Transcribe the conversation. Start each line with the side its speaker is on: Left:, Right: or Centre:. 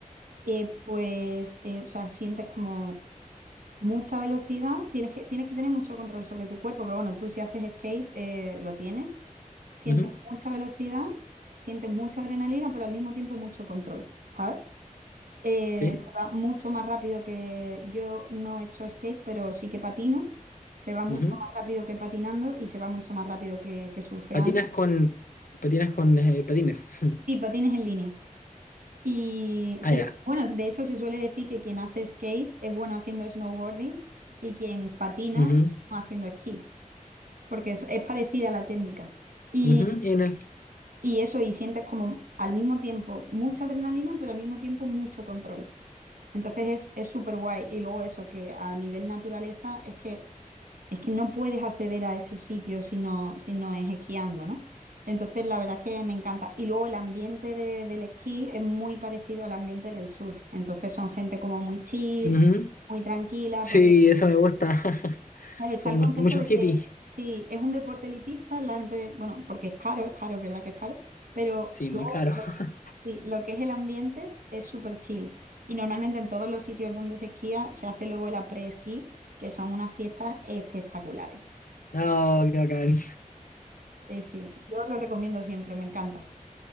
Right: eh, pues, eh, o sea, sientes como mucha velocidad, tienes que, tienes que tener mucho control sobre tu cuerpo, pero bueno, tú si haces skate, eh, lo tienes, sientes
Left: Ujú,
Right: mucha velocidad, sientes mucha adrenalina, pero al mismo tiempo mucho control, ¿sabes? Eh,
Left: Sí,
Right: se va mucho más rápido que yo no he hecho skate, pero sí que patino, se va mucho
Left: ujú.
Right: más rápido que patinando y se va mucho más rápido que, que surfeando
Left: Patinas con, patinas con eh, patines. <laughs>
Right: y patines en línea. Y se-
Left: Ah, ya.
Right: bueno, de hecho se suele decir que quien hace skate es bueno haciendo snowboarding y quien patina
Left: Ujú,
Right: es bueno haciendo esquí, porque es, es parecida la técnica. Y,
Left: ujú, y en el-
Right: y eso, y sientes como al mismo tiempo mucha adrenalina, pero al mismo tiempo mucho control. Entonces es, es súper guay. Y luego eso, que a nivel naturaleza es que es que no puedes acceder a ese sitio si no, si no es esquiando, ¿no? Entonces, la verdad es que me encanta. Y luego el ambiente de- del esquí es muy parecido al ambiente del surf. Entonces, son gente como muy chill,
Left: ujú.
Right: muy tranquila,
Left: Sí,
Right: porque,
Left: eso me gusta. <laughs>
Right: claro, está
Left: Son
Right: el
Left: mu-
Right: concepto
Left: muchos
Right: de
Left: hippies.
Right: que si es un deporte elitista, la gente, bueno, porque es caro, es caro, es verdad que es caro, pero
Left: Sí,
Right: luego
Left: muy caro.
Right: lo-
Left: <laughs>
Right: sí, lo que es el ambiente es súper chill. Y normalmente en todos los sitios donde se esquía se hace luego el après-esquí, que son unas fiestas espectaculares.
Left: No, qué bacán.
Right: Sí, sí, yo lo recomiendo siempre, me encanta.